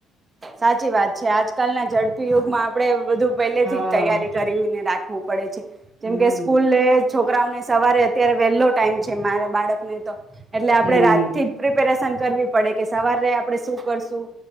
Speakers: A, on the right; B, on the right.
A: સાચી વાત છે આજકાલના ઝડપી યુગમાં આપડે બધું પેલેથી
B: હા
A: જ તૈયારી કરીને રા વું પડે છે. જેમ
B: હમ
A: કે સ્કૂલે છોકરાઓને સવારે અત્યારે વેહેલો ટાઈમ છે મારા બાળકને તો એટલે આપડે
B: હમ
A: રાતથી જ પ્રિપેરેસ પસંદ કરવી પડે કે સવારે આપડણે શું કરશું.